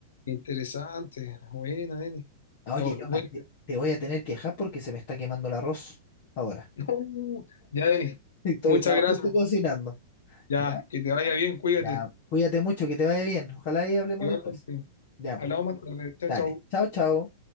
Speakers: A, on the left; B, on the left.
A: Interesante. Buena, Denis.
B: Oye,
A: Ya, bu-
B: Johan,
A: Bueno,
B: te, te voy a tener que dejar porque se me está quemando el arroz ahora.
A: no, ya, Denis.
B: <laughs> Y Estoy-
A: Muchas
B: Estaba
A: gracias.
B: justo cocinando.
A: Ya,
B: ¿Ya?
A: que te vaya bien, cuídate.
B: Ya, cuídate mucho, que te vaya bien. Ojalá y hablemos
A: Igualmente.
B: después. Ya pues,
A: Hablamos más tarde. Chao,
B: dale.
A: chao.
B: Chao, chao.